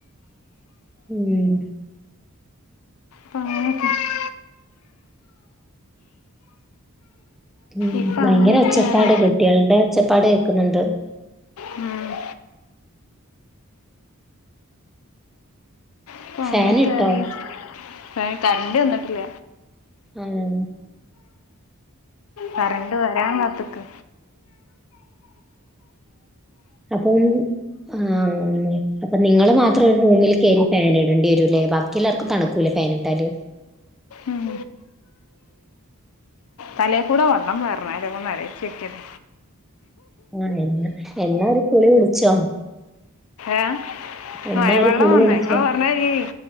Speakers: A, in the centre; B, on the left (about 75°).
A: ഉം.
B: പാ <unintelligible>
A: ഉം
B: ഇപ്പൊ
A: ഭയങ്കര
B: അങ്ങനെയൊക്കെ
A: ഒച്ചപ്പാട്
B: ആയി
A: കുട്ട്യാള്ടെ ഒച്ചപ്പാട് കേക്കുന്നുണ്ട്.
B: ഉം. അപ്പൊ അങ്ങനെയൊക്കെ
A: ഫാനിട്ടോ
B: ആയി ഏഹ് കറണ്ട് വന്നിട്ടില്ല.
A: ഹലോ.
B: കറണ്ട് വരാ കാത്ത്ക്കാ.
A: <unintelligible> ആഹ് അപ്പൊ നിങ്ങള് മാത്രം ഒരു റൂമിൽ കേറി ഫാൻ ഇടേണ്ടി വരൂല്ലേ ബാ ക്കി എല്ലാർക്കും തണുക്കൂലെ ഫേന്ട്ടാല്.
B: ഉം. തലേ കൂടെ വള്ളം പാർന്നാലോ ന്നാലോയ്ച്ചോക്കിയത.
A: ആഹ് എന്ന എന്നാ ഒരു കുളി കുളിച്ചോ?
B: ഏഹ്
A: എന്നാ
B: മഴ
A: ഒരു
B: വെള്ളം
A: കുളി
B: വന്ന്
A: വിളിച്ചോ
B: ഇങ്ങള് പർ ങ്ങട്ടോക്കി